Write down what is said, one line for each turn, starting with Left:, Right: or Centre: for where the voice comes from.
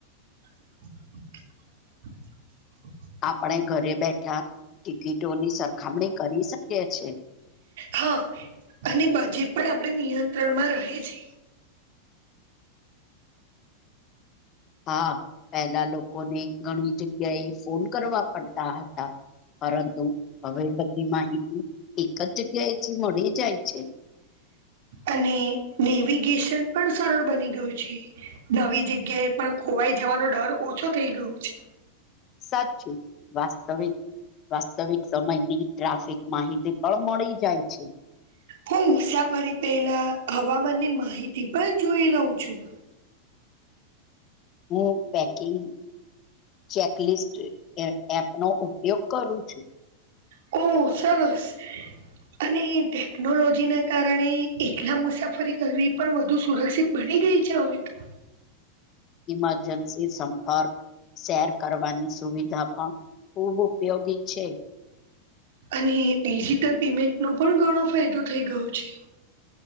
Right: <inaudible>
Left: આપણે ઘરે બેઠા ટિકિટોની સરખામણી કરી શકીએ છીએ.
Right: હહ અને બજેટ પણ આપણે નિયંત્રણમાં રહે છે.
Left: હા પહેલા લોકોને ઘણી જગ્યાએ ફોન કરવા પડતા હતા. પરંતુ હવે બધી માહિતી એક જ જગ્યાએથી મળી જાય છે.
Right: અને નેવિગેશન પણ સરળ બની ગયું છે. નવી જગ્યાએ પણ ખોવાઈ જવાનો ડર ઓછો થઇ ગયો છે.
Left: સાચું. વાસ્તવિક વાસ્તવિક સમયની ટ્રાફિક માહિતી પણ મળી જાય છે.
Right: હું મુસાફરી પહેલા હવામાનની માહિતી પણ જોઈ લઉં છું.
Left: હું પેકિંગ ચેકલિસ્ટ એ એપનો ઉપયોગ કરું છું.
Right: ઓહ! સરસ અને એ ટેકનોલોજીને કારણે એકલા મુસાફરી કરવી પણ વધુ સુરક્ષિત બની ગઈ છે હવે તો.
Left: ઈમરજન્સી સંપર્ક શેર કરવાની સુવિધા પણ ખુબ ઉપયોગી છે.
Right: અને ડિજિટલ પેમેન્ટનો પણ ઘણો ફાયદો થઈ ગયો છે.